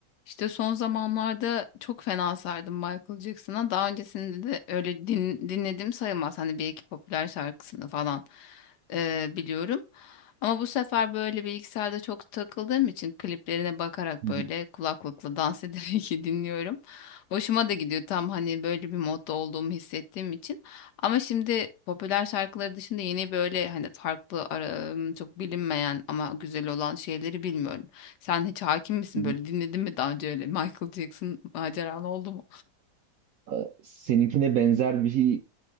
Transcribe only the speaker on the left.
İşte son zamanlarda çok fena sardım Michael Jackson'a. Daha öncesinde de öyle din, dinlediğim sayılmaz. Hani bir iki popüler şarkısını falan e, biliyorum. Ama bu sefer böyle bilgisayarda çok takıldığım için kliplerine bakarak
böyle
kulaklıkla dans ederek <laughs> dinliyorum. Hoşuma da gidiyor tam hani böyle bir modda olduğumu hissettiğim için. Ama şimdi popüler şarkıları dışında yeni böyle hani farklı ara- çok bilinmeyen ama güzel olan şeyleri bilmiyorum. Sen hiç hakim misin
böyle dinledin mi daha önce öyle Michael Jackson maceran oldu mu?